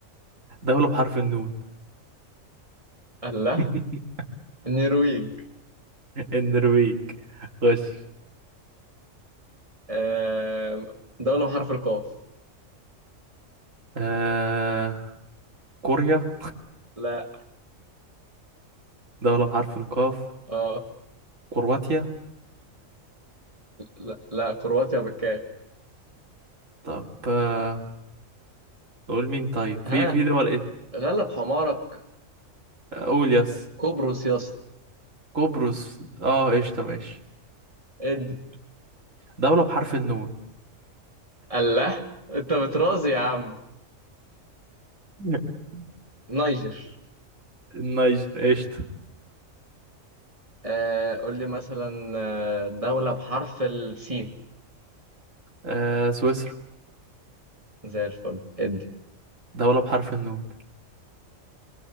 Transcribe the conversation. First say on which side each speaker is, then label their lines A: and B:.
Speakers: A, on the right (about 70°); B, on the right (about 25°).
A: <laughs> دولة بحرف النون
B: الله
A: <laughs>
B: النرويج
A: النرويج خش
B: آه، دولة بحرف القاف
A: آه... كوريا
B: لا
A: دولة بحرف القاف
B: اه
A: كرواتيا
B: لا لا كرواتيا بالكاف
A: طب آه... نقول مين طيب
B: ها
A: في في دول ايه
B: غلب حمارك
A: قول يس
B: قبرص يا اسطى
A: قبرص اه قشطة ماشي
B: ادي
A: دولة بحرف النون
B: الله انت بترازي يا عم
A: <laughs>
B: نيجر
A: النيجر قشطة
B: آه قول لي مثلا آه، دولة بحرف السين
A: آه سويسرا
B: زي الفل ادي
A: دولة بحرف النون